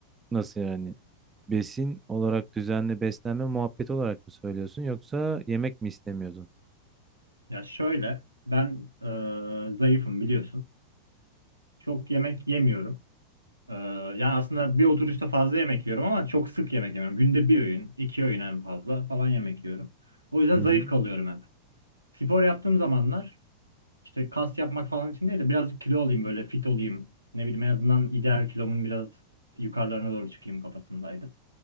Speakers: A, on the right; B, on the right.
A: Nasıl yani? Besin olarak düzenli beslenme muhabbeti olarak mı söylüyorsun yoksa yemek mi istemiyordun?
B: Ya şöyle ben e, zayıfım biliyorsun. Çok yemek yemiyorum. E, yani aslında bir oturuşta fazla yemek yiyorum ama çok sık yemek yemiyorum. Günde bir öğün, iki öğün en fazla falan yemek yiyorum. O yüzden
A: Hı
B: zayıf
A: hı.
B: kalıyorum hep. Spor yaptığım zamanlar İşte kas yapmak falan için değil de birazcık kilo olayım böyle fit olayım. Ne bileyim en azından ideal kilomun biraz yukarılarına doğru çıkayım kafasındaydı.